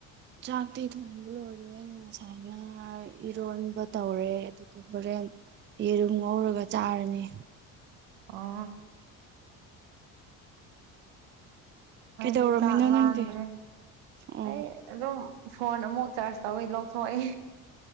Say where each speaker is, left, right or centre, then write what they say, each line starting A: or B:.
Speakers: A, on the right; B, on the right.
A: ꯆꯥꯇꯤ ꯊꯣꯡꯝꯕ ꯂ ꯑꯣꯏꯦ ꯉꯁꯥꯏ ꯉ ꯏꯔꯣꯟꯕ ꯇꯧꯔꯦ ꯑꯗꯨꯒ ꯍꯣꯔꯦꯟ ꯌꯦꯔꯨꯝ ꯉꯔꯒ ꯆꯥꯔꯅꯤ
B: ꯑꯣ ꯃꯗꯤ
A: ꯀꯩꯗꯧꯔꯝꯃꯤꯅꯣ
B: ꯆꯥꯛꯂꯗ꯭ꯔꯦ
A: ꯅꯪꯗꯤ ꯑꯣ
B: ꯑꯩ ꯑꯗꯨꯝ ꯐꯣꯟ ꯑꯃꯨꯛ ꯆꯥꯔꯖ ꯇꯧꯋꯤ ꯂꯧꯊꯣꯛꯏ